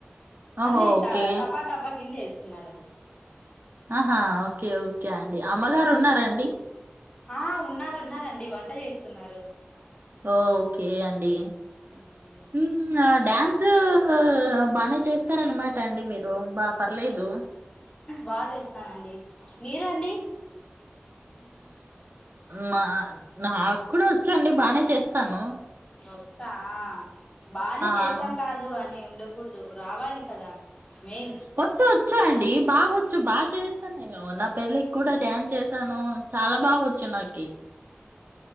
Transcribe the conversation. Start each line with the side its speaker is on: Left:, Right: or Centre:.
Right: ఓహో!
Left: అన్నీ
Right: ఓకే.
Left: టపా టపా కింద వేస్త సన్నారుడి
Right: ఆహా ఓకే ఓకే అండి అమ్మగారు ఉన్నారాండి
Left: ఆ ఉన్నారు ఉన్నారండి వంట చేస్తున్నారు
Right: ఓ ఓకే అండి
Left: ఉహు
Right: హ డ్యాన్సు బానే చేస్త చస్తారనమాట అండి మీరు బాగా పర్లేదు
Left: బాధ ఇస్తానండి మీరు అండి
Right: నా నా కూడా వచ్చండి. బానే చేస్తాను.
Left: వచ్చా బానే
Right: ఆ!
Left: చేస్తాం కాదు అని ఉ ఉండకూడదు రావాలి కదా మెయిన్
Right: వచ్చ చో అండి బాగొచ్చు బాగా చేస్తాను నేను నా పెళ్ళికి కూడా డ్యాన్స్ చేసాను చాలా బాగా వచ్చా నాకి